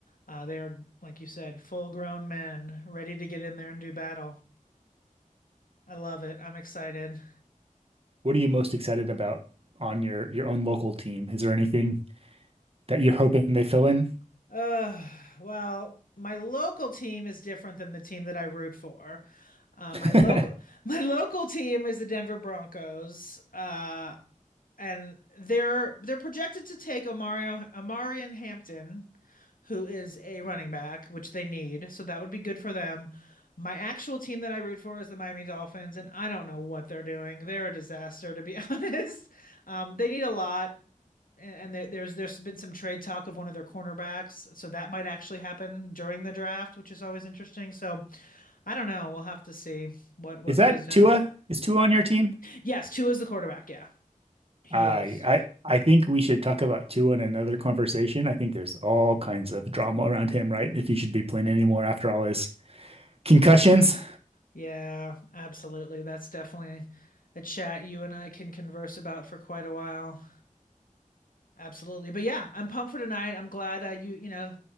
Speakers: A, on the left; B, on the right.
A: Uh, they are, like you said, full grown men ready to get in there and do battle. I love it. I'm excited.
B: What are you most excited about on your your own local team? Is there anything that you're hoping they fill in?
A: Uh, well, my local team is different than the team that I root for. Uh,
B: <laughs>
A: my local <laughs> my local team is the Denver Broncos. Uh, and they're they're projected to take Omario Omarion Hampton who is a running back, which they need. So that would be good for them. My actual team that I root for is the Miami Dolphins, and I don't know what they're doing. They're a disaster, to be <laughs> honest. Um, they need a lot, and, and there, there's there's been some trade talk of one of their cornerbacks, so that might actually happen during the draft, which is always interesting. So I don't know. We'll have to see what what
B: Is that
A: goes down.
B: Tua? Is Tua on your team?
A: Yes, two is the quarterback. Yeah, he
B: I
A: is.
B: I I think we should talk about Tua in another conversation. I think there's all kinds of drama around him, right? If he should be playing anymore after all his concussions.
A: Yeah, absolutely. That's definitely a chat you and I can converse about for quite a while. Absolutely. But yeah, I'm pumped for tonight. I'm glad uh, you, you know,